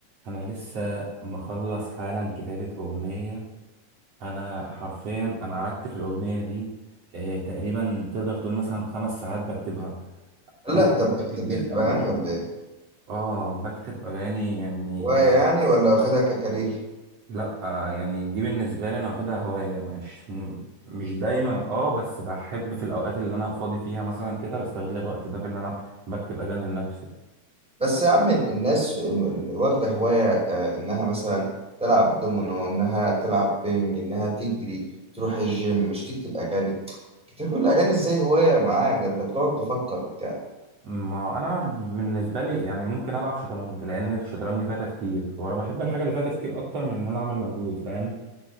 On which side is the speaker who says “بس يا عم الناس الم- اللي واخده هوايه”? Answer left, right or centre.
Centre